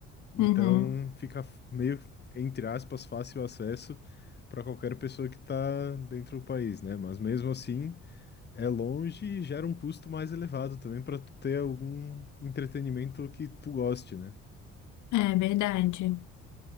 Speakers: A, on the left; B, on the left.
A: Então
B: uhum,
A: fica f- meio, entre aspas, fácil acesso para qualquer pessoa que está dentro do país, né? Mas mesmo assim. É longe e gera um custo mais elevado também para tu ter algum entretenimento que tu goste, né?
B: é verdade,